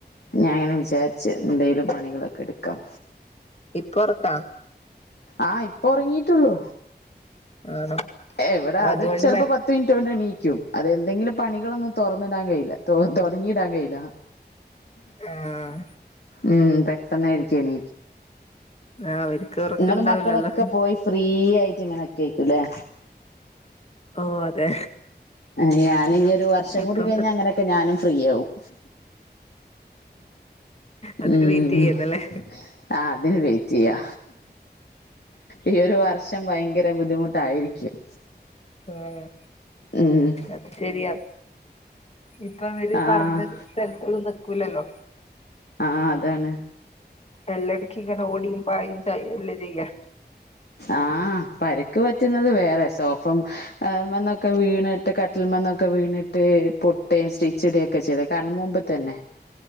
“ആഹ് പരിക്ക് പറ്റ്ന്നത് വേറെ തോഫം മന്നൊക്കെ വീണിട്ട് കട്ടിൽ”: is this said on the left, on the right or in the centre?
Left